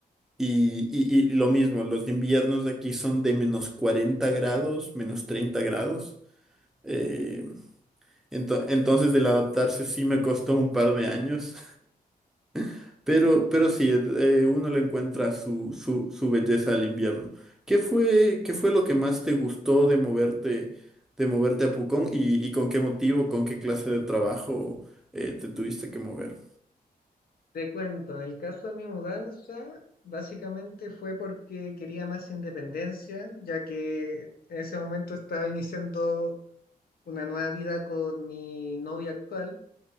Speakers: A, in the centre; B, on the left.
A: Y, y- y lo mismo, los inviernos de aquí son de menos 40 grados, menos 30 grados. Eh, ento- entonces el adaptarse sí me costó un par de años, <laughs> pero, pero sí, eh, uno le encuentra su, su, su belleza al invierno. ¿Qué fue, qué fue lo que más te gustó de moverte, de moverte a Pucón y, y con qué motivo, con qué clase de trabajo eh, te tuviste que mover?
B: Te cuento, en el caso de mi mudanza, básicamente fue porque quería más independencia, ya que en ese momento estaba iniciando una nueva vida con mi novia actual